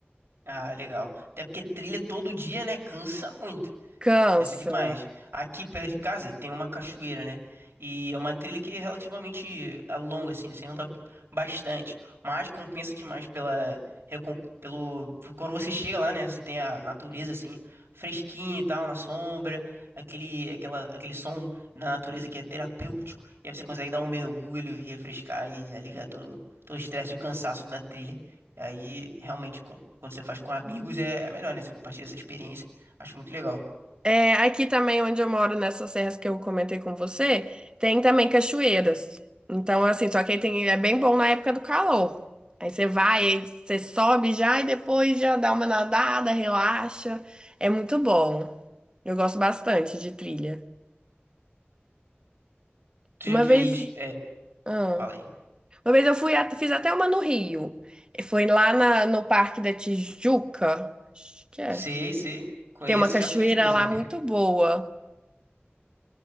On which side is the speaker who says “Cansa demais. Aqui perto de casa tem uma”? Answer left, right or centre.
Right